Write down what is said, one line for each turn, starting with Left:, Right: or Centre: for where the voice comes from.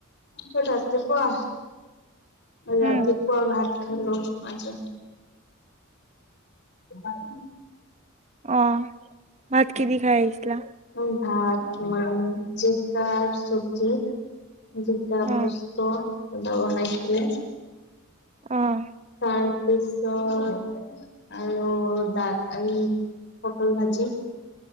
Left: মই ৰাতিপুৱা ৰাতিপুৱা
Right: উম
Left: ভাত খালো, আচ্ছা <inaudible>
Right: অ, ভাত কি দি খাই আহিছিলা?
Left: মই ভাত তোমাৰ, জিকাৰ চব্জি। জিকা
Right: অ',
Left: পোস্ত <inaudible> বনাইছিলে।
Right: অহ।
Left: তাৰপিছত আৰু দা এই পটল ভাজি।